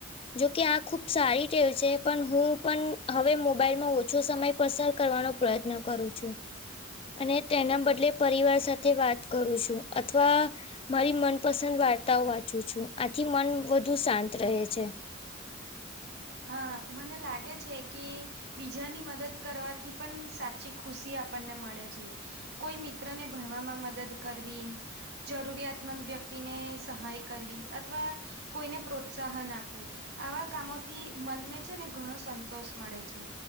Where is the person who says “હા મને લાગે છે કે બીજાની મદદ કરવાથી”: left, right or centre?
Right